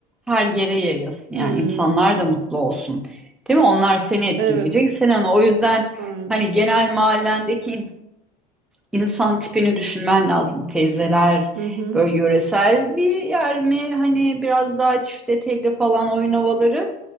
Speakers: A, in the centre; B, on the right (about 65°).
A: her yere yayılsın.
B: Hmm.
A: Yani insanlar da mutlu olsun. Değil mi? Onlar seni etkileyecek.
B: <laughs> Evet.
A: Sen onu o yüzden
B: Aynen.
A: hani genel mahallendeki İnsan tipini düşünmen lazım. Teyzeler
B: Hı hı.
A: böyle yöresel bir yer mi? Hani biraz daha çifte telli falan oyun havaları.